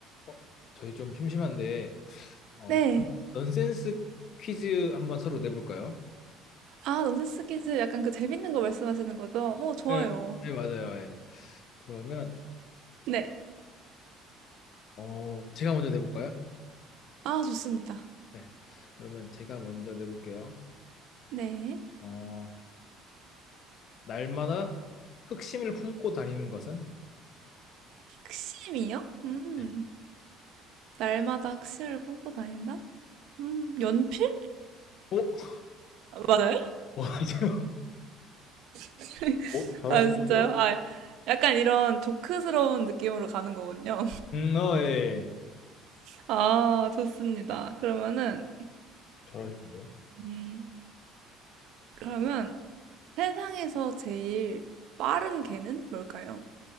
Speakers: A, on the left; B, on the right.
A: 어, 저희 좀 심심한데, 어,
B: 네.
A: 넌센스 퀴즈 한번 서로 내볼까요?
B: 아, 넌센스 퀴즈 약간 그 재밌는 거 말씀하시는 거죠? 어, 좋아요.
A: 네, 네, 맞아요. 예. 그러면,
B: 네.
A: 어, 제가 먼저 내볼까요?
B: 아, 좋습니다.
A: 네. 그러면 제가 먼저 내볼게요.
B: 네.
A: 어, 날마다 흑심을 품고 다니는 것은?
B: 학심이요? 음.
A: 네.
B: 날마다 학심을 품고 다닌다? 음, 연필?
A: 오? <laughs>
B: 아, 맞아요?
A: 어, 지금-
B: <laughs>
A: 어, 잘하시는데요?
B: 아, 진짜요? 아, 약간 이런 조크스러운 느낌으로 가는 거군요.
A: 음, 어, 예.
B: <laughs> 아, 좋습니다. 그러면은,
A: 잘하시는데요?
B: 음, 그러면 세상에서 제일 빠른 개는 뭘까요?